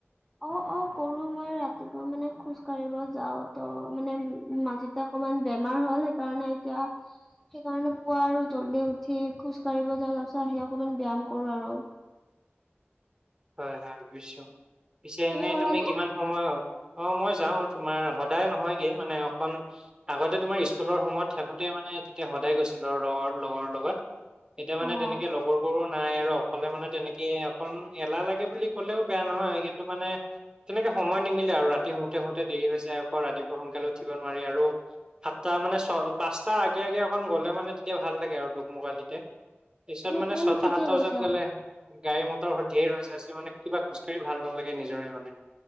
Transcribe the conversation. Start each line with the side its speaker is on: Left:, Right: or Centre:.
Centre: অ অ কৰো মই ৰাতিপুৱা মানে খোজ কাঢ়িব যাও ত' মানে উ মাজত এ অকণমান বেমাৰ হ'ল সেইকাৰণে এতিয়া সেইকাৰণে পুৱা আৰু জল্দি উঠি খোজ কাঢ়িব যাওঁ তাৰ পিছত আহি অকনমান ব্যায়াম কৰো আৰু
Right: হয় হয় বুজিছোঁ পিছে এনেই
Centre: কৰা
Right: তুমি
Centre: নে?
Right: কিমান সময় অ মই যাও তোমাৰ সদায় নহয়গে মানে অকণ আগতে তোমাৰ স্কুলৰ সময়ত থাকোঁতেই মানে তেতিয়া সদায় গৈছিলোঁ আৰু লগৰ লগৰ লগত এতিয়া মানে
Centre: অ',
Right: তেনেকৈ লগৰ বোৰো নাই আৰু অকলে মানে তেনেকে অকন এলাহ লাগে বুলি ক'লেও বেয়া নহয় কিন্তু মানে তেনেকে সময় নিমিলে আৰু ৰাতি শুতে শুওঁতে দেৰি হৈ যায় আকৌ ৰাতিপুৱা সোনকালে উঠিব নোৱাৰি আৰু সাতটা মানে ছ পাঁচটাৰ আগে আগে অকণ গ'লে মানে তেতিয়া ভাল লাগে আৰু দুোকমোকালিতে পিছত
Centre: উম,
Right: মানে
Centre: উম,
Right: ছটা
Centre: ঠিকে
Right: সাতটা
Centre: কৈছা।
Right: বজাত গ'লে গাড়ী মটৰ সধিয়েেই ৰছে আজি মানে কিবা খোজকাঢ়ি ভাল নালাগে নিজৰে মানে